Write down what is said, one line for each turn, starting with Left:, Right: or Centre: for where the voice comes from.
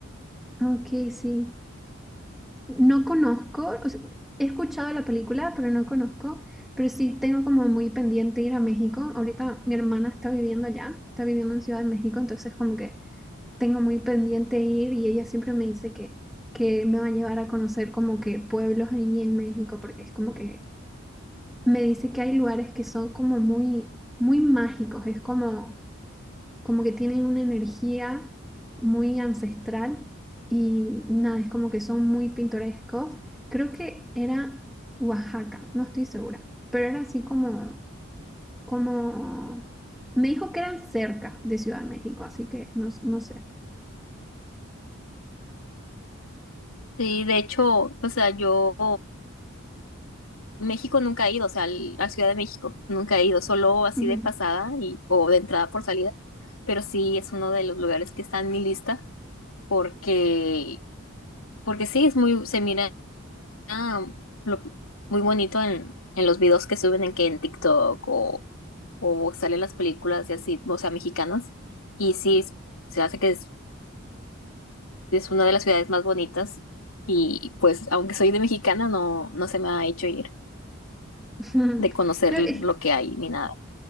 Centre: Ok, sí. No conozco, o sea, he escuchado de la película, pero no conozco. Pero sí tengo como muy pendiente ir a México. Ahorita mi hermana está viviendo allá, está viviendo en Ciudad de México, entonces como que tengo muy pendiente ir y ella siempre me dice que, que me va a llevar a conocer como que pueblos ahí en México, porque es como que me dice que hay lugares que son como muy, muy mágicos, es como como que tienen una energía muy ancestral y, y nada, es como que son muy pintorescos. Creo que era Oaxaca, no estoy segura, pero era así como, como, me dijo que eran cerca de Ciudad de México, así que no, no sé.
Left: Sí, de hecho, o sea, yo México nunca he ido, o sea, al- a Ciudad de México nunca he ido, solo así
Centre: Ujú.
Left: de pasada y, o de entrada por salida, pero sí es uno de los lugares que está en mi lista porque Porque sí, es muy, se mira ah, lo- muy bonito en, en los videos que suben en que en TikTok o, o salen las películas y así, o sea, mexicanas. Y sí, es- se hace que es, es una de las ciudades más bonitas. Y pues, aunque soy de mexicana, no, no se me ha hecho ir
Centre: <laughs>
Left: de conocer
Centre: Claro,
Left: lo
Centre: es,
Left: que hay ni nada.